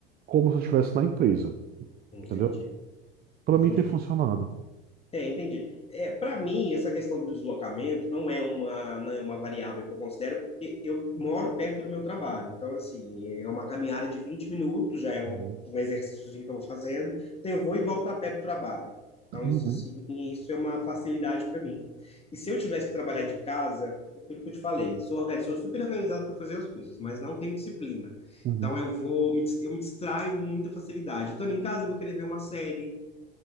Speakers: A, on the right (about 30°); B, on the left (about 20°).
A: como se eu estivesse na empresa,
B: Entendi.
A: entendeu? Para
B: Entendi.
A: mim tem funcionado.
B: É, entendi. É, para mim, essa questão do deslocamento não é uma, não é uma variável que eu considero, porque eu moro perto do meu trabalho. Então, assim, é uma caminhada de 20 minutos, já é um,
A: Uhum.
B: um exercíciozinho que eu vou fazendo. Então, eu vou e volto a pé do trabalho. Então,
A: Uhum.
B: isso, assim, isso é uma facilidade para mim. E se eu tivesse que trabalhar de casa, é aquilo que eu te falei, sou, orga- sou super organizado para fazer as coisas, mas não tenho disciplina.
A: Uhum.
B: Então, eu vou, me dis- eu me distraio com muita facilidade. Estando em casa, eu vou querer ver uma série,